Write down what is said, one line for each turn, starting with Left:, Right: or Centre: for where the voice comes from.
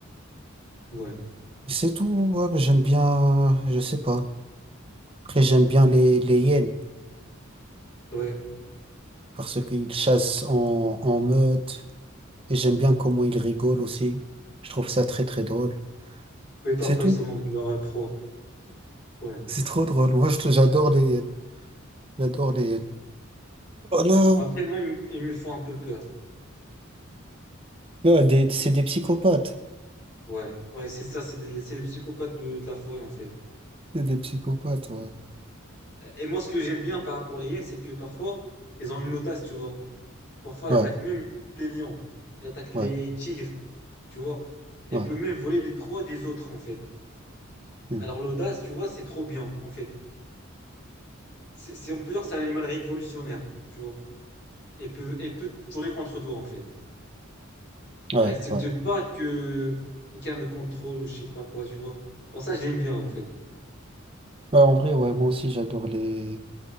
Left: Ouais.
Right: C'est tout, ouais, bah, j'aime bien, je sais pas. Après, j'aime bien les, les hyènes.
Left: Ouais.
Right: parce qu'ils chassent en, en meute et j'aime bien comment ils rigolent aussi. Je trouve ça très très drôle.
Left: Oui, parfois,
Right: C'est tout.
Left: ils se moquent de leur euh, proie. Ouais.
Right: C'est trop drôle. Moi, je- j'adore les, j'adore les. Oh non
Left: Mais Après, moi, ils, me ils me font un peu peur.
Right: là, des- c'est des psychopathes.
Left: Ouais. Ouais, c'est ça. C'est des- c'est les psychopathes de, de la forêt, en fait.
Right: C'est des psychopathes, ouais.
Left: Et moi, ce que j'aime bien par rapport aux lions, c'est que parfois, ils ont une audace, tu vois. Parfois,
Right: Ouais,
Left: ils attaquent même les lions. Ils attaquent
Right: ouais,
Left: les tigres. tu vois. Elle
Right: ouais.
Left: peut même voler les proies des autres, en fait.
Right: hmm,
Left: Alors l'audace, tu vois, c'est trop bien, en fait. C'est, c'est- on peut dire que c'est un animal révolutionnaire, tu vois. Elle peut, elle peut tourner contre toi, en fait.
Right: Ouais,
Left: Elle accepte
Right: ouais.
Left: pas que quelqu'un le contrôle ou je sais pas quoi, tu vois. Pour ça, je l'aime bien, en fait.
Right: Ouais, en vrai, ouais, moi aussi, j'adore les.